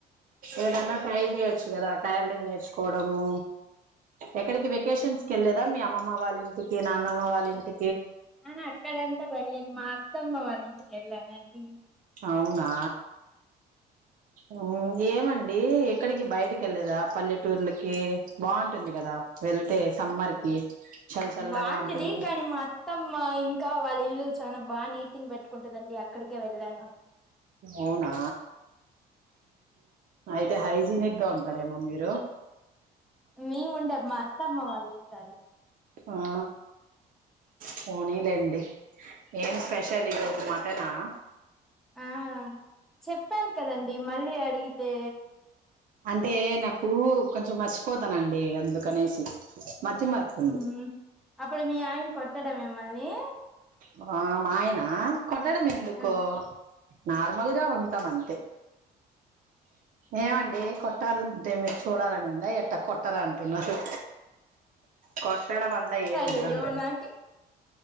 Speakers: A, on the right; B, in the centre.
A: ఏదన్నా ట్రై చేయొచ్చు కదా టైలరింగ్ నేర్చుకోవడము ఎక్కడికి వెకేషన్స్ కి వెళ్లేదా మీ అమ్మమ్మ వాళ్ళ ఇంటి మీ నాన్నమ్మ వాళ్ళ ఇంటి
B: అయినా అక్కడ అంతా నేను మా అత్తమ్మ వారి ఇంటికి వెళ్ళానండి
A: అవునా హ్మ్మ్ ఏమండి ఎక్కడికి బయటకి వెళ్ళదా పల్లెటూర్లకి బాగుంటుంది కదా వెళ్తే సమ్మర్ కి చల్ చల్లగా
B: బాంటిది
A: ఉంటుంది
B: కానీ మా అత్తమ్మ ఇంకా వాళ్ళ ఇల్లు చాల బా నీటింగ పెట్టుకుంటుందండి అక్కడికే వెళ్ళాను
A: అవునా అయితే హయి హాయ్జినిగ్గా ఉంటారేమో మీరు
B: మేముండే మా అత్తమ్మ వాళ్ళుంటారు
A: ఆ పోనీలేండి ఏం స్పెషల్ ఈరోజు మటనా
B: ఆ చెప్పాను కదండి మళ్ళీ అడిగి తే
A: అంటే నాకు కొంచెం మర్చిపోతానండి అందుకనేసి మతిమర్పు ఉంది
B: ఉహు అప్పుడు మీ ఆయన కొట్టడా మిమ్మల్ని
A: మా మాయన కొట్టడం ఎందుకో
B: ఆ
A: నార్మల్ గా ఉంటాం అంతే ఏమండి
B: ఓ
A: కొట్టాల ఎమ్ మీకు చూడాలని ఉందా ఎట్ట కొట్టరా అంటున్నారు కొ కొట్టడం అంతా ఏము
B: అయ్యయ్యో
A: ఉందలే
B: నాకే